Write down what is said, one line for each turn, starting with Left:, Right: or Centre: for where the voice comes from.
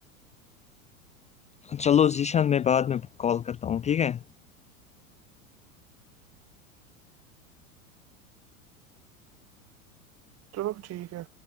Left: چلو ذیشان میں بعد میں کال کرتا ہوں ٹھیک ہے
Right: تو ٹھیک ہے